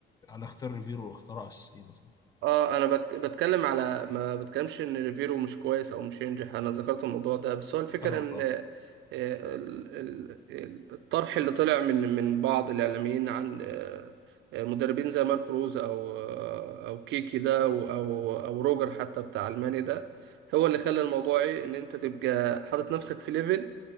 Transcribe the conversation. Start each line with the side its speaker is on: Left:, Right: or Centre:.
Left: على اختيار ريفيرو واختار اساس ايه مثلا
Right: اه انا بك... بتكلم على ما بتكلمش ان ريفيرو مش كويس او مش ينجح انا ذكرت الموضوع ده بس هو الفكره
Left: فاهمك
Right: ان
Left: اه
Right: آه، ال- ال- ال- الطرح اللي طلع من من بعض الاعلاميين عن آه، آه، مدربين زي مارك روز او آه، او كيكي ده او او أو روجر حتى بتاع المانيا ده هو اللي خلى الموضوع ايه ان انت تبقى حاطط نفسك في ليفل